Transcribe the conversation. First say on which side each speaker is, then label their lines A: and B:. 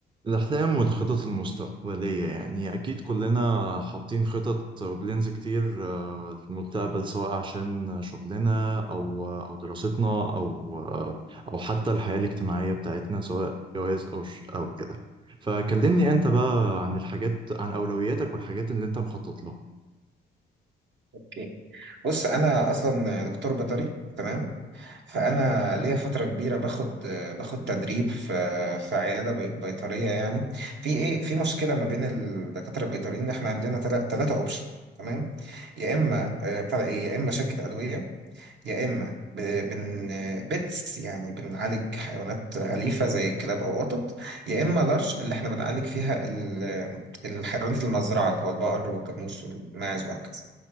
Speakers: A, on the right; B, on the right.
A: الأحلام والخطط المستقبلية يعني أكيد كلنا حاطين خطط وبلينز كتير آه، في المستقبل سواء عشان شغلنا أو أو دراستنا أو آه، أو حتى الحياة الاجتماعية بتاعتنا سواء جواز أو ش- أو كده فكلمني أنت بقى عن الحاجات عن أولوياتك والحاجات اللي أنت مخطط لها
B: اوكي بص انا اصلا دكتور بيطري تمام فانا ليا فتره كبيره باخد باخد تدريب في في عياده بي- بيطريه يعني في ايه في مشكله ما بين الدكاتره البيطريين ان احنا عندنا ثلاثه اوبشن تمام يا اما آه، بتاع إيه، يا اما شركه ادويه يا اما ب- بن بيتس يعني بنعالج حيوانات اليفه زي الكلاب او قطط يا اما لارج اللي احنا بنعالج فيها ال- الحيوانات المزرعه اللي هو البقر والجاموس والماعز وهكذا